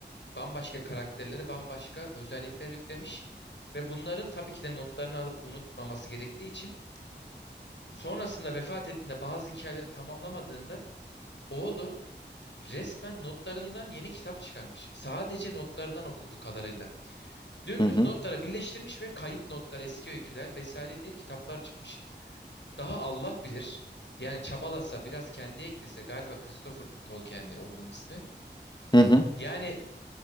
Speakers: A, on the left (about 75°); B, on the left (about 25°).
A: Bambaşka karakterlere bambaşka özellikler yüklemiş. Ve bunların tabii ki de notlarını alıp unutmaması gerektiği için sonrasında vefat ettiğinde bazı hikayeleri tamamlamadığında oğlu Resmen notlarından yeni kitap çıkarmış. Sadece notlarından okuduğu kadarıyla. Dümdüz
B: hı hı
A: notlara birleştirmiş ve kayıp notlar, eski öyküler vesaire diye kitaplar çıkmış. Daha Allah bilir. Yani çabalasa, biraz kendi eklese galiba Christopher Tolkien'di oğlunun ismi.
B: hı. hı.
A: Yani